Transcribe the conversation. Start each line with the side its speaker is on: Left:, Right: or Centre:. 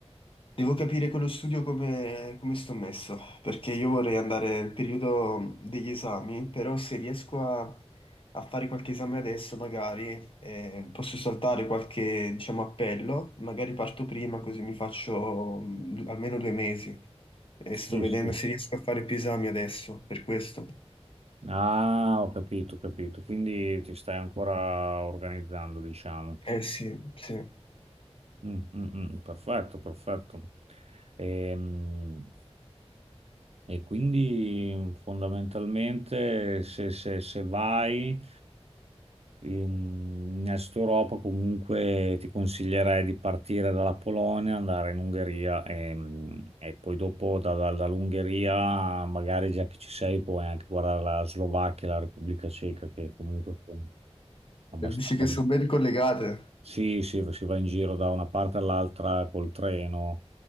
Left: devo capire con lo studio come, come sto messo, perché io vorrei andare al periodo mm, degli esami, però se riesco a, a fare qualche esame adesso magari eh, posso saltare qualche, diciamo, appello, magari parto prima così mi faccio mm, du- almeno due mesi e
Right: Sì,
Left: sto vedendo
Right: sì.
Left: se riesco a fare più esami adesso, per questo.
Right: Ah, ho capito, ho capito. Quindi ti stai ancora organizzando, diciamo.
Left: Eh sì, sì.
Right: Mm, mm, mm, perfetto, perfetto. Ehm, E, quindi fondamentalmente se, se- se vai. In Est Europa comunque ti consiglierei di partire dalla Polonia, andare in Ungheria e, e poi dopo da- da- dall'Ungheria, magari già che ci sei, puoi anche guardare la Slovacchia, la Repubblica Ceca, che comunque sono abbastanza...
Left: Dici che sono ben collegate.
Right: Sì, sì, si va in giro da una parte all'altra col treno